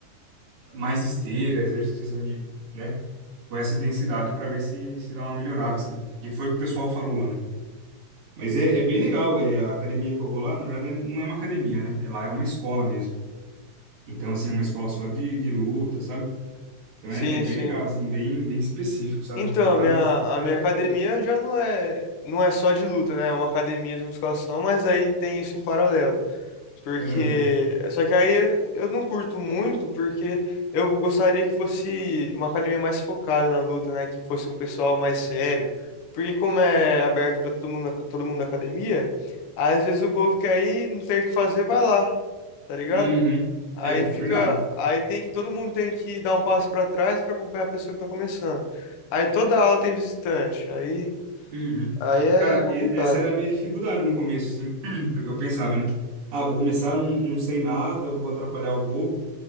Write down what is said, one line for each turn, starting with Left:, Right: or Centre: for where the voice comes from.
Right: mais esteira, exercício assim de, né, com essa intensidade para ver se se dá uma melhorada assim. E foi o que o pessoal falou lá, né? Mas é, é bem legal, é a academia que eu vou lá, na verdade não é uma academia, né? É lá é uma escola mesmo. Então assim, é uma escola só de, de luta, sabe? Então
Left: Sim,
Right: é, é bem
Left: sim.
Right: legal assim, bem bem específico, sabe?
Left: Então,
Right: E vai
Left: a minha,
Right: uma, uma galera
Left: a minha academia
Right: boa.
Left: já não é, não é só de luta, né? É uma academia de musculação, mas aí tem isso em paralelo. Porque.
Right: Aham.
Left: Só que aí eu não curto muito, porque eu gostaria que fosse uma academia mais focada na luta, né? Que fosse um pessoal mais sério. Porque como é aberto para todo mundo, todo mundo da academia, às vezes o povo quer ir, não tem o que fazer, vai lá, tá ligado?
Right: Uhum.
Left: Aí
Right: É,
Left: fica.
Right: verdade.
Left: Aí tem que. Todo mundo tem que dar um passo para trás para acompanhar a pessoa que tá começando. Aí toda aula tem visitante. Aí,
Right: Uhum.
Left: aí é
Right: Cara,
Left: complicado.
Right: e- essa era a minha dificuldade no começo, assim, <clears throat> porque eu pensava, né? Ah, vou começar, não, não sei nada, vou atrapalhar o povo.